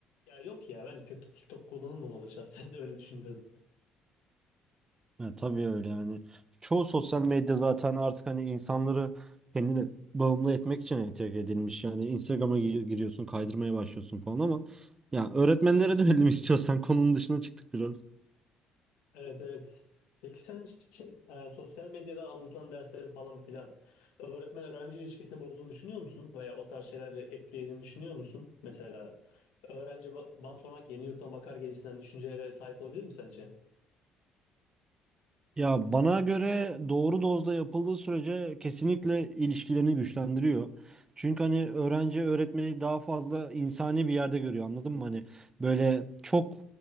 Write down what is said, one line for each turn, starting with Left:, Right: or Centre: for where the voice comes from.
Left: Ya yok ya bence Tik- TikTok kullanılmamalı şahsen <laughs> öyle düşünüyorum.
Right: Ya tabii öyle yani. Çoğu sosyal medya zaten artık hani insanları kendine bağımlı etmek için entegre edilmiş. Yani Instagram'a gi- giriyorsun, kaydırmaya başlıyorsun falan ama ya öğretmenlere dönelim <laughs> istiyorsan konunun dışına çıktık biraz.
Left: Evet evet. Peki sen hiç şey, e, sosyal medyada anlatılan derslerin falan filan öğretmen öğrenci ilişkisini bozduğunu düşünüyor musun? Veya o tarz şeyleri etkilediğini düşünüyor musun? Mesela öğrenci ba- bana sormak yeni yurttan bakar gibisinden düşüncelere sahip olabilir mi sence?
Right: Ya bana göre doğru dozda yapıldığı sürece kesinlikle ilişkilerini güçlendiriyor. Çünkü hani öğrenci öğretmeni daha fazla insani bir yerde görüyor anladın mı? Hani böyle çok